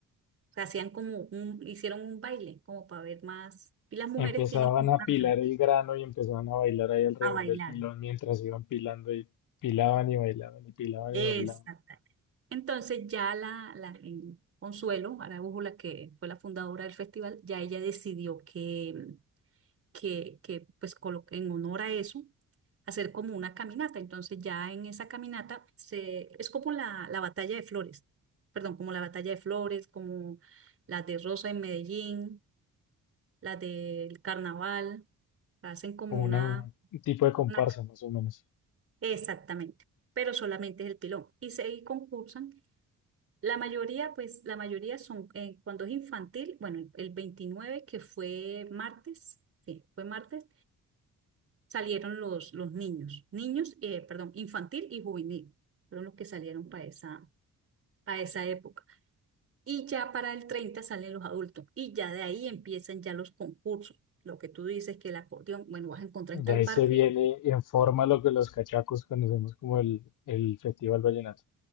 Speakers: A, on the right; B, on the left.
A: o sea, hacían como un, hicieron un baile, como para ver más. Y las mujeres
B: Empezaban
A: tienen como
B: a
A: a,
B: pilar el grano y empezaban a bailar ahí alrededor
A: a bailar.
B: del pilón mientras iban pilando y pilaban y bailaban y pilaban
A: Exacto.
B: y bailaban,
A: Entonces, ya la, la en Consuelo Araújo, la que fue la fundadora del festival, ya ella decidió que que, que pues colo- en honor a eso, hacer como una caminata. Entonces ya en esa caminata se, es como la, la batalla de flores, perdón, como la batalla de flores, como las de Rosa en Medellín, las del carnaval, hacen como
B: como
A: una,
B: una- un tipo de comparsa
A: una...
B: más o menos.
A: Exactamente, pero solamente es el pilón. Y se y concursan. La mayoría, pues la mayoría son, eh, cuando es infantil, bueno, el, el 29 que fue martes, sí, fue martes, salieron los, los niños, niños, eh, perdón, infantil y juvenil, fueron los que salieron para esa, para esa época. Y ya para el 30 salen los adultos y ya de ahí empiezan ya los concursos. Lo que tú dices que el acordeón, bueno, vas a encontrar
B: Y
A: en tal
B: ahí
A: parque.
B: se viene en forma lo que los cachacos conocemos como el, el Festival Vallenato.